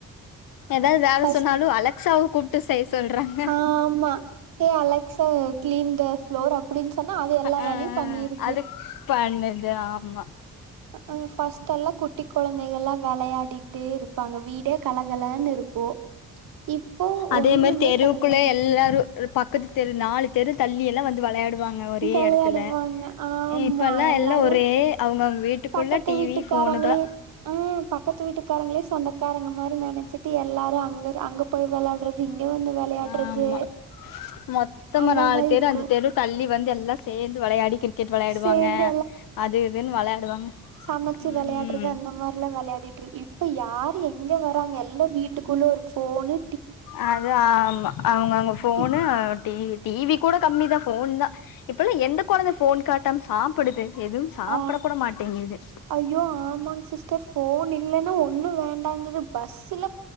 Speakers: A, on the left; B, on the right.
A: ஏதாவது வேல
B: ஃபஸ்ட்
A: சொன்னாலு அலெக்சாவ கூப்ட்டு செய்ய சொல்றாங்க
B: ஆம்மா hey Alexa clean the floor அப்டின்னு சொன்னா அது எல்லா
A: ஆ
B: வேலையு பண்ணிருது
A: அது பண்ணுது ஆமா
B: ம்க்கும் ஃபர்ஸ்ட்டல்லா குட்டி கொழந்தைகள்லா வெளையாடிட்டே இருப்பாங்க வீடே கலகலன்னு இருக்கு <inaudible>
A: அதே
B: ஒண்ணுமே
A: மாரி தெருவுக்குள்ள
B: கெடையாது
A: எல்லாரு பக்கத்து தெரு நாலு தெரு தள்ளி எல்லா வந்து வெளையாடு வாங்க ஒரே
B: வெளையாடுவாங்க
A: எடத்துல
B: ஆமா
A: இப்பெல்லா
B: எல்லாரு
A: எல்லா ஒரே அவங்க அவங்க வீட்டுக்
B: பக்கத்து
A: குள்ளா டி
B: வீட்டுக்காரங்களே
A: வி ஃபோனு தா
B: ஆ பக்கத்து வீட்டுக்காரங்களே சொந்தக்காரங்க மாரி நன ச்சிட்டு எல்லாரு அங்க அங்க போய் விளையாடுறது இங்க வந்து வெளையாடுறது
A: ஆமா மொத்தமா
B: அந்த
A: நாலு
B: மாரி
A: தெரு
B: இருக்கு
A: அஞ்சு தெரு தள்ளி வந்து எல்லா சேந்து வெளையாடி கிரிக்கெட் வெளையாடுவாங்க
B: சேந்து
A: அது இதுன்னு வெளையாடுவாங்க
B: சமைச்சு
A: ம்
B: வெளையாடுறது அந்த மாரிலா வெளையாடிட்டு இரு இப்ப யாரு எங்க வராங்க எல்லா வீட் ட்டுகுள்ள ஒரு போனு
A: ஆ அ ஆமா அவங்கவுங்க போனு
B: இப்
A: ஆ டீவி டிவி கூட கம்மி தா போன் தா இப்ப எல்லா எந்த கொழந்த ஃபோன் காட்டாம சாப்புடுது எதுவும் சாப்பட
B: ஆ
A: கூட மாட்டேங்கிது
B: ஐயோ ஆமாங் சிஸ்டர் ஃபோன் இல்லன்னா ஒன்னு வேண்டாங்குது பஸ்ஸுல்ல